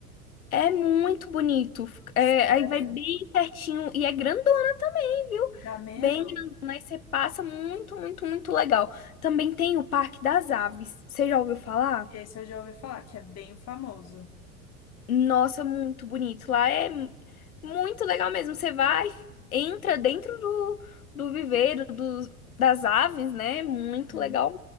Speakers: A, on the left; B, on the left.
A: É muito bonito. É,
B: Sé-
A: aí vai bem pertinho e é grande viu
B: Dá medo?
A: Bem mas você passa muito, muito, muito legal. Também tem o Parque das Aves. Você já ouviu falar?
B: Esse eu já ouvi falar, que é bem famoso.
A: Nossa, muito bonito. Lá é mu- muito legal mesmo. Você vai, entra dentro do, do viveiro dos, das aves, né? Muito
B: uhum.
A: legal.